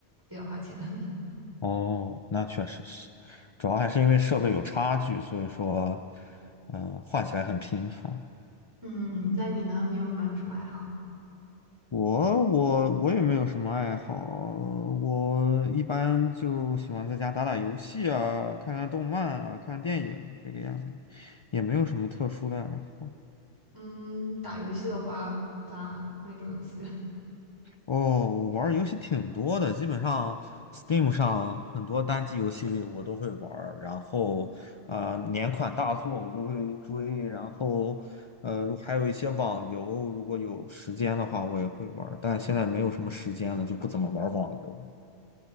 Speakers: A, on the right; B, on the left.
A: 比较花钱。<laughs>
B: 哦，那确实是，主要还是因为设备有差距，所以说，嗯、换起来很频繁。
A: 嗯，那你呢？你有没有什么爱好？
B: 我我我也没有什么爱好，我一般就喜欢在家打打游戏啊，看看动漫啊，看电影这个样子，也没有什么特殊的爱好。
A: 嗯，打游戏的话，打那种游戏 <laughs>
B: 哦，我玩儿游戏挺多的，基本上 Steam 上很多单机游戏我都会玩儿，然后呃年款大作我都会追，然后呃如还有一些网游，如果有时间的话我也会玩儿，但现在没有什么时间了，就不怎么玩儿网游。